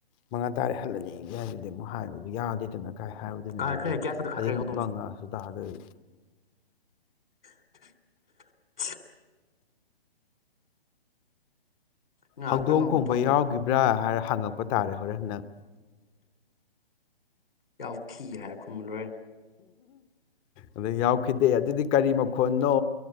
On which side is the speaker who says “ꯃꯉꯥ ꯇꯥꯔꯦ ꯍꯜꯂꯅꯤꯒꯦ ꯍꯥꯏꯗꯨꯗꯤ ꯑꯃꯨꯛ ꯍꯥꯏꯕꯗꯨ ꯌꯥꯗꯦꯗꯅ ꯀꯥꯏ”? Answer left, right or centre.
Left